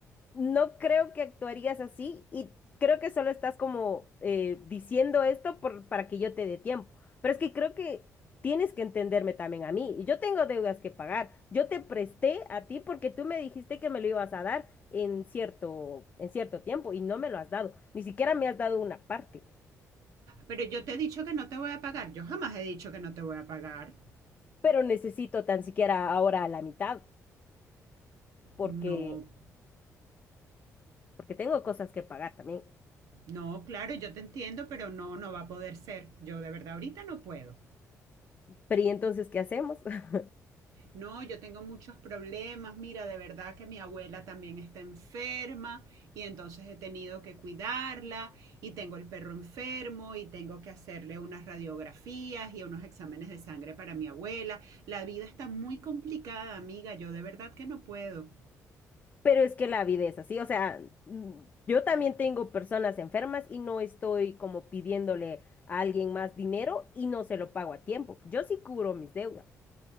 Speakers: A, on the left; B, on the right.
A: No creo que actuarías así y creo que solo estás como eh, diciendo esto por- para que yo te dé tiempo. Pero es que creo que tienes que entenderme también a mí. Y yo tengo deudas que pagar. Yo te presté a ti porque tú me dijiste que me lo ibas a dar en cierto, en cierto tiempo y no me lo has dado. Ni siquiera me has dado una parte.
B: Pero yo te he dicho que no te voy a pagar. Yo jamás he dicho que no te voy a pagar.
A: Pero necesito tan siquiera ahora la mitad porque,
B: No,
A: porque tengo cosas que pagar también.
B: no, claro, yo te entiendo, pero no, no va a poder ser. Yo de verdad ahorita no puedo.
A: Pero ¿y entonces qué hacemos? <laughs>
B: No, yo tengo muchos problemas. Mira, de verdad que mi abuela también está enferma y entonces he tenido que cuidarla y tengo el perro enfermo y tengo que hacerle unas radiografías y unos exámenes de sangre para mi abuela. La vida está muy complicada, amiga. Yo de verdad que no puedo.
A: Pero es que la vida es así, o sea, mm, yo también tengo personas enfermas y no estoy como pidiéndole a alguien más dinero y no se lo pago a tiempo. Yo sí cubro mis deudas.